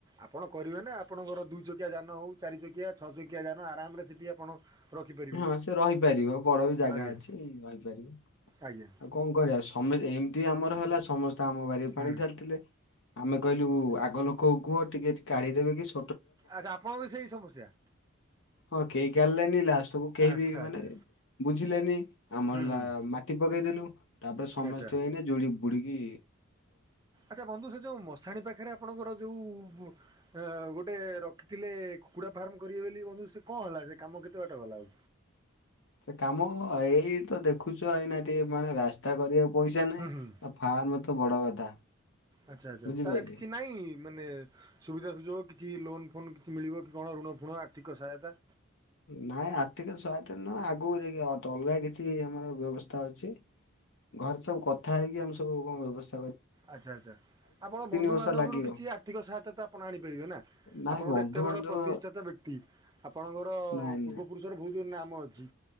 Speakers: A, on the right; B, on the left.
A: ଆପଣ କରିବେ ନା ଆପଣଙ୍କର ଦୁଇ ଚକିଆ ଯାନ ହେଉ ଚାରି ଚକିଆ ଛଅ ଚକିଆ ଯାନ ଆରାମରେ ସେଠି ଆପଣ ରଖିପାରିବେ
B: ହଁ ସେ ରହିପାରିବ ବଡ ବି ଜାଗା
A: ଆଜ୍ଞା
B: ଅଛି ରହିପାରିବ।
A: ଆଜ୍ଞା
B: ଆଉ କଣ କରି ଆସୁ ତମେ ଏମିତି ଆମର ହେଲା ସମସ୍ତେ ଆମ ବାରେ
A: ହୁଁ
B: ପାଣି ଠେଲଥିଲେ। ଆମେ କହିଲୁ ଉ ଆଗ ଲୋକ କୁହ ଟିକେ କାଢ଼ିଦେବେ କିସ
A: ଆଚ୍ଛା। ଆପଣ ବି ସେଇ ସମସ୍ୟା।
B: ହଁ କେହି କାରିଲେନି ଲାଷ୍ଟ ସବୁ କେହି
A: ଆଚ୍ଛା
B: ବି ମାନେ,
A: ଆଚ୍ଛା
B: ବୁଝିଲେନି, ଆମର
A: ହୁଁ
B: ଲା
A: ହୁଁ
B: ମା ପକେଇଦେଲୁ, ତାପରେ ସମସ୍ତେ
A: ଆଚ୍ଛା
B: ଏଇନେ ଯୁଡ଼ି ବୁଡି। ଡିକି।
A: ଆଚ୍ଛା ବନ୍ଧୁ ସେ ଯୋଉ ମଶାଣି ପାଖରେ। ଆପଣଙ୍କର ଯୋଉ। ଅ ଗୋଟେ ରଖିଥିଲେ କୁକୁଡା ଫାର୍ମ କରିବେ ବୋଲି। ବନ୍ଧୁ ସେ କଣ ହେଲା ସେ କାମ କେତେ ବାଟ ଗଲା ଆଉ।
B: ସେ କାମ ଏଇ ତ ଦେଖୁଛ ଏଇନା ଟିକେ ମାନେ ରାସ୍ତା କରିବାକୁ ପଇସା ନାହିଁ।
A: ହୁଁ ହୁଁ
B: ଆ ଫାର୍ମ ତ ବଡ କଥା
A: ଆଚ୍ଛା ଆଚ୍ଛା
B: ବୁଝିପାଇଲେ।
A: ତାର କିଛି ନାହିଁ ମାନେ ସୁବିଧା ସୁଯୋଗ କିଛି ଲୋନ ଫୋନ କିଛି ମିଳିବ କି। କଣ ଋଣ ଫୁଣ ଆର୍ଥିକ ସହାୟତା।
B: ନାଇଁ ଆର୍ଥିକ ସହାୟତା ନୁହଁ ଆଗକୁ ଯାଇକି ଅଲଗା କିଛି ଆମର ବ୍ୟବସ୍ଥା ଅଛି। ଘରେ ସବୁ କଥା ହେଇକି ଆମେ ସବୁ କଣ ବ୍ୟବସା।
A: ଆଚ୍ଛା ଆଛା ଆପଣ ବନ୍ଧୁ
B: ବର୍ଷ
A: ବାନ୍ଧବ
B: ଲାଗିବ
A: ରୁ କିଛି ଆର୍ଥିକ ସହାୟତା ତ ଆପଣ ଆଣିପାରିବେ ନା।
B: ନାଇଁ
A: ଆପଣ
B: ବନ୍ଧୁବାନ୍ଧବ
A: ଗୋଟେ ଏତେ ବଡ ପ୍ରତିଷ୍ଠାତା ବ୍ୟକ୍ତି। ଆପଣଙ୍କର
B: ନାଇଁ
A: ପୂର୍ବ
B: ନାଇଁ
A: ପୁରୁଷର ବହୁତ ନାମ ଅଛି।